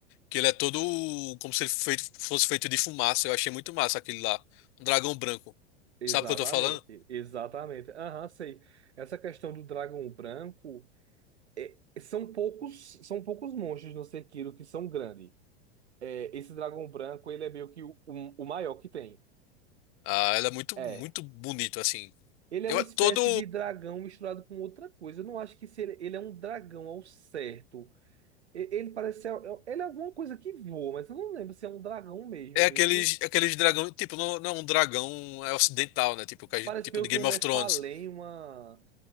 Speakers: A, on the left (about 40°); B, on the right (about 80°).
A: que ele é todo como se ele feito- fosse feito de fumaça. Eu achei muito massa aquele lá. Um dragão branco.
B: Exatamente,
A: Sabe o que eu tô falando?
B: exatamente. Aham, sei. Essa questão do dragão branco... é- são poucos, são poucos monstros no Sekiro que são grandes. é, esse dragão branco, ele é meio que o, um- o maior que tem.
A: Ah, ela é muito,
B: É.
A: muito bonito, assim.
B: Ele é
A: Eu,
B: uma espécie
A: todo
B: de dragão misturado com outra coisa. Eu não acho que se ele, ele é um dragão ao certo. E- Ele parece ser, é, ele é alguma coisa que voa, mas eu não lembro se é um dragão mesmo,
A: É aqueles,
B: viste?
A: aqueles dragão, tipo, não, não é um dragão é ocidental, né? Tipo, que a
B: Parece
A: gente- tipo
B: meio
A: de Game
B: que um Nephalém,
A: of Thrones.
B: uma